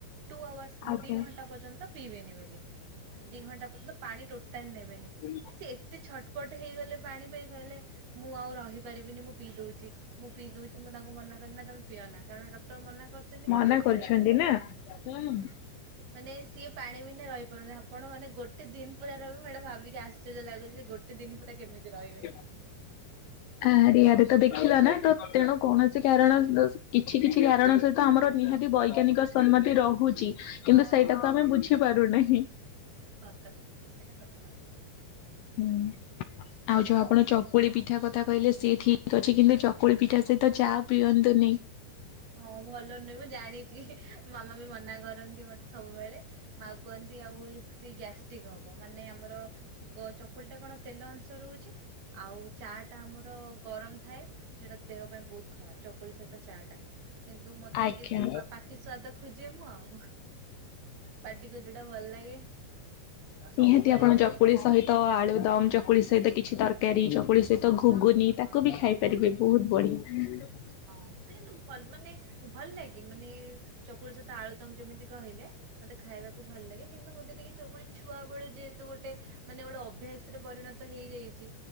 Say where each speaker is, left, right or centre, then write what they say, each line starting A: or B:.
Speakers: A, on the right; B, on the left.
A: ଟୁ ଆୱାର୍ସ
B: ଆଜ୍ଞା।
A: ଦି ଘଣ୍ଟା ପର୍ଯ୍ୟନ୍ତ ପିଇବେନି ବେଲି, ଦି ଘଣ୍ଟା ପର୍ଯ୍ୟନ୍ତ ପାଣି ଟୋଟାଲ ନେବେନି।
B: ହୁଁ।
A: ସେ ଏତେ ଛଟପଟ ହେଇଗଲେ ପାଣି ପାଇଁ କହିଲେ ମୁଁ ଆଉ ରହି ପାରିବିନି, ମୁଁ ପିଇ ଦଉଛି। ମୁଁ ପିଇ ଦଉଛି ମୁଁ ତାଙ୍କୁ ମନା କଲି ନା ତମେ ପିଅନା। କାରଣ ଡକ୍ଟର ମନା କରିଛନ୍ତି
B: ମନା
A: କିଛି ଗୋଟେ
B: କରିଛନ୍ତି
A: ହେଇଥିବ।
B: ନା। ହୁଁ।
A: ମାନେ ସିଏ ପାଣି ବିନା ରହିପାରୁନି। ଆପଣ ମାନେ ଗୋଟେ ଦିନ ପୁରା ରହିବ ମୁଁ ସେଇଟା ଭାବିକି ଆଶ୍ଚଯ୍ୟ ଲାଗୁଛି ଯେ ଗୋଟେ ଦିନ ପୁରା କେମିତି ରହିବେ?
B: ହ ଆରେ ଆରେ ତ ଦେଖିଲା ନା, ତ ତେଣୁ କୌଣସି କାରଣ କିଛି କିଛି କାରଣ ସ ତ ଆମର ନିହାତି ବୈଜ୍ଞାନିକ ସମ୍ମତି ରହୁଛି, କିନ୍ତୁ
A: ହଁ
B: ସେଇଟାକୁ
A: ହଁ
B: ଆମେ ବୁଝି ପାରୁନେ।
A: ସତକଥା ଏଇଟା ସତକଥା।
B: ହୁଁ ଆଉ ଯୋଉ
A: କୁହନ୍ତୁ।
B: ଆପଣ ଚକୁଳି ପି ପିଠା କଥା କହିଲେ ସିଏ ଠିକ୍ ଅଛି, କିନ୍ତୁ ଚକୁଳି ପିଠା ସହିତ ଚା ପିଅନ୍ତୁନି।
A: ହଁ ଭଲ ନୁହେଁ ମୁଁ ଜାଣିଛି, ମାମା ବି ମନା କରନ୍ତି ମତେ ସବୁବେଳେ ମା କୁହନ୍ତି ଆଉ ସେ ଗ୍ୟାଷ୍ଟ୍ରିକ ହବ, ମାନେ ଆମର ଚକୁଳି ଟା କଣ ତେଲ ଅଂଶ ରହୁଛି, ଆଉ ଚା ଟା ଆମର ଗରମ ଥାଏ ସେଟା ଦେହ ପାଇଁ ବହୁତ ଖରାପ। ଚକୁଳି ସହିତ ଚା ଟା, କିନ୍ତୁ ମତେ
B: ଆଜ୍ଞା।
A: ଟିକେ ପାଟି ସ୍ୱାଦ ଖୋଜେ ମୁଁ। ପାଟିକୁ ଯୋଉଟା ଭଲ ଲାଗେ। ଆଉ ସବୁବେଳେ
B: ନିହାତି ଆପଣ
A: ତ
B: ଚକୁଳି ସହିତ ଆଳୁଦମ,
A: ହୁଁ
B: ଚକୁଳି ସହିତ କିଛି ତରକାରୀ, ଚକୁଳି ସହିତ ତ ଘୁଗୁନି
A: ହଁ
B: ତାକୁ
A: ହଁ
B: ବି ଖାଇ ପାରିବେ, ବହୁତ ବଢିଆ।
A: ହଁ ମତେ କିନ୍ତୁ ଭଲ ମାନେ ଭଲ ଲାଗେ ମାନେ ଚକୁଳି ସହିତ ଆଳୁଦମ୍, ଯେମିତି କହିଲେ ମତେ ଖାଇବାକୁ ଭଲ ଲାଗେ, କିନ୍ତୁ ମୋତେ ଟିକେ ଚକୁଳି ଛୁଆବେଳୁ ଯେହେତୁ ଗୋଟେ ମାନେ ଗୋଟେ ଅଭ୍ୟାସରେ ପରିଣ ତ ହେଇଯାଇଚି,